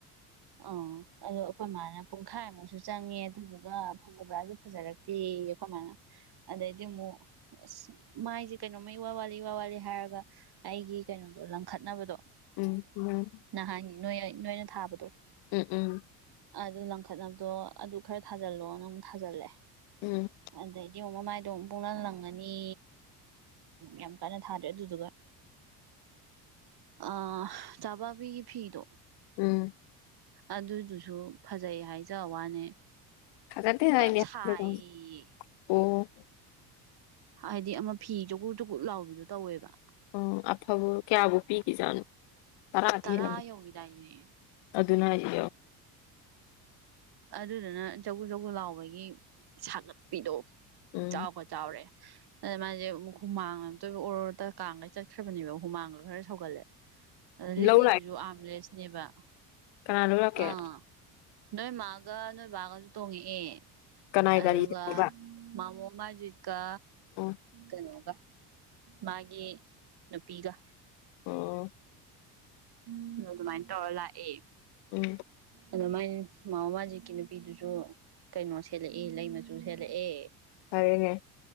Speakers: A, on the right; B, on the left.
A: ꯑ ꯑꯣ ꯑꯩꯈꯣꯏ ꯃꯥ ꯅ ꯄꯨꯡꯈꯥꯏꯃꯨꯛꯁꯨ ꯆꯪꯉꯦ ꯑꯗꯨꯗꯨꯒ ꯐꯖꯕ꯭ꯔꯥꯁꯨ ꯐꯖꯔꯛꯇꯦꯌꯦ ꯈꯣꯢꯃꯅ ꯑꯗꯩꯗꯤ ꯃꯨꯛ ꯑꯃꯛ ꯑꯁ ꯃꯥꯏꯁꯦ ꯀꯩꯅꯣꯃ ꯢꯋꯥ ꯋꯥꯠꯂꯤ ꯢꯋꯥ ꯋꯥꯠꯂꯤ ꯍꯥꯏꯔꯒ ꯑꯩꯒꯤ ꯀꯩꯅꯣꯗꯣ ꯂꯪꯈꯠꯅꯕꯗꯣ
B: ꯎꯝ
A: ꯅꯍꯥꯟꯒꯤ ꯅꯣꯏ ꯅꯣꯏꯅ ꯊꯥꯕꯗꯣ
B: ꯎꯝ ꯎꯝ
A: ꯑꯗꯨ ꯂꯪꯈꯠꯅꯕꯗꯣ ꯑꯗꯨ ꯈꯔ ꯊꯥꯖꯜꯂꯣ ꯅꯃꯨꯛ ꯊꯥꯖꯜꯂꯦ
B: ꯎꯝ
A: ꯑꯗꯩ ꯗꯤꯌꯦꯡ ꯃꯃꯥꯏꯗꯣ ꯑꯃꯨꯛ ꯄꯡꯂꯪ ꯂꯪꯉꯅꯤ ꯌꯥꯝ ꯀꯟꯅ ꯊꯥꯗ꯭ꯔꯦ ꯑꯗꯨꯗꯨꯒ
B: <inaudible>
A: ꯑ ꯆꯥꯕꯕꯤ ꯐꯤꯗꯣ
B: ꯎꯝ
A: ꯑꯗꯨꯗꯨꯁꯨ ꯐꯖꯩ ꯍꯥꯏꯖ ꯋꯥꯅꯦ
B: ꯐꯖꯗꯅ
A: ꯌꯥꯝ ꯁꯥꯏꯌꯦ
B: <unintelligible> ꯑꯣ
A: ꯍꯥꯏꯗꯤ ꯑꯃ ꯐꯤ ꯆꯀꯨꯠ ꯆꯨꯀꯨꯠ ꯂꯥꯎꯒꯤꯗꯣ ꯇꯧꯋꯦꯕ
B: ꯎ ꯑꯐꯕ ꯀꯌꯥꯕꯨ ꯄꯤꯈꯤꯖꯥꯠꯅꯣ ꯇꯔꯥꯗꯤ
A: ꯇꯔꯥ
B: ꯍꯦꯜꯂꯝꯃꯤ
A: ꯌꯧꯒꯤꯗꯥꯏꯅꯦ
B: ꯑꯗꯨꯅ <unintelligible>
A: ꯑꯗꯨꯗꯨꯅ ꯖꯒꯨ ꯖꯒꯨ ꯂꯥꯎꯕꯒꯤ ꯁꯥꯒꯠꯄꯤꯗꯣ
B: ꯎꯝ
A: ꯆꯥꯎꯕ ꯆꯥꯎꯔꯦ ꯑꯗ ꯃꯥꯁꯦ ꯍꯨꯃꯥꯡꯃꯨꯛꯇꯣꯏꯕ ꯑꯣꯔ ꯑꯣꯔꯗ ꯀꯥꯡꯒ ꯆꯠꯈ꯭ꯔꯕꯅꯦꯕ ꯍꯨꯃꯥꯡꯒ ꯈꯔ ꯁꯧꯒꯠꯂꯦ ꯑꯗ ꯂꯤꯠꯂꯤꯗꯨꯁꯨ
B: ꯂꯧ
A: ꯑꯥꯝꯂꯦꯁꯅꯦꯕ
B: ꯀꯅꯥꯅ ꯂꯧ ꯂꯥꯛꯀꯦ
A: ꯑꯥ ꯅꯣꯏ ꯃꯥꯒ ꯅꯣꯏ ꯕꯥꯒꯁꯨ ꯇꯣꯡꯉꯛꯑꯦ
B: ꯀꯅꯥꯏ
A: ꯑꯗꯨꯒ
B: ꯒꯥꯔꯤꯗꯅꯣꯕ
A: ꯃꯥꯃꯣ ꯃꯁꯖꯤꯠꯀ
B: ꯑꯣ
A: ꯀꯩꯅꯣꯒ ꯃꯥ ꯅꯨꯄꯤꯒ
B: ꯑꯣ
A: ꯎꯝ ꯑꯗꯨꯃꯥꯏꯅ ꯇꯧꯔ ꯂꯥꯛꯑꯦ
B: ꯎꯝ
A: ꯑꯗ ꯃꯥꯏ ꯃꯥꯃ ꯃꯥꯖꯤꯛꯀꯤ ꯅꯨꯄꯤꯗꯨꯁꯨ ꯀꯩꯅꯣ ꯁꯦꯠꯂꯛꯑꯦ ꯂꯩ ꯃꯆꯨ ꯁꯦꯠꯂꯛꯑꯦ
B: ꯐꯔꯅꯦ